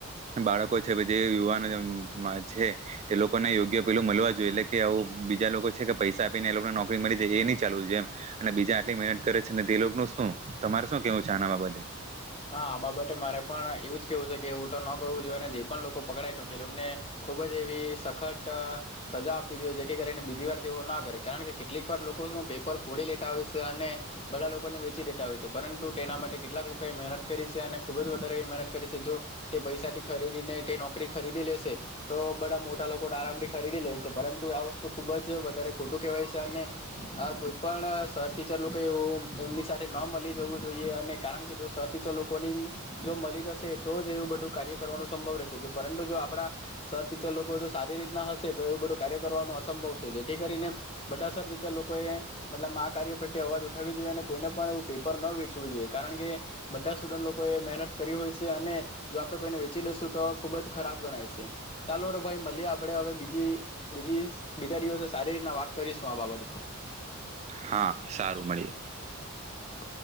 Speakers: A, on the right; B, on the left.
A: બાળકો છે જે યુવાન છે તે લોકોને યોગ્ય પેલું મળવા જોઈએ એટલે કે આવ બીજા લોકો છે કે પૈસા આપીને એ લોકોને નોકરી મળી જાય એ નહી ચાલવું જોઈએ અને બીજા આટલી મહેનત કરે છે તે લોકોનું શું તમારે શું કેવું છે આના બાબતે.
B: હા આ બાબતે મારે પણ એવું જ કેવું છે કે એવું તો ન કરવું જોઈએ અને જે પણ લોકો પકડાય તે લોકને ખુબ જ એવી સખત સજા આપવી જોઈએ. જેથી કરીને બીજી વાર તેવો ના કરે કારણ કે કેટલીક વાર લોકો શુ પેપર ફોડી લેતા હોય છે અને બધા લોકોને વેચી દેતા હોય છે પરંતુ તેના માટે કેટલાક લોક ત કરી અને ખૂબ જ વધારે મહેનત કરી છે. જો તે પૈસાથી ખરીદીને તે નોકરી ખરીદી લેશે. તો બધા મોટા લોકો આરામથી ખરીદી લેશે પરંતુ આ વસ્તુ ખુબ જ વધારે ખોટું કહેવાય છે અને આ કોઈ પણ સર ટીચર લોકો એવું એમની સાથે ન મળી જવું જોઈએ અને કારણ કે જો સર ટીચર લોકોની જો મળી જશે. તો જ એવું બધું કાર્ય કરવાનો સંભવ રહેશે. પરંતુ જો આપણા સર ટીચર લોકો જો સારી રીતના હશે તો એવું બધું કાર્ય કરવાનું અસંભવ છેશે જેથી કરીને બધા સર ટીચર લોકોએ મતલબ આ કાર્ય પ્રત્યે અવાજ ઉઠાવવી જોઈએ અને કોઈને પણ એવું પેપર ન વેચવું જોઈએ કારણ કે બધા સ્ટુડન્ટ લોકો એ મહેનત કરી હોય છે અને જો આપડે કોઈને વેચી દશું તો ખુબ જ ખરાબ ગણાય છે. ચાલો રો ભાઈ મળએ આપણે હવે બી બીજી બીજા દિવસે સારી રીતના વાત કરીશું આ બાબત ઉપર.
A: હા સારું મળીએ.
B: <inaudible>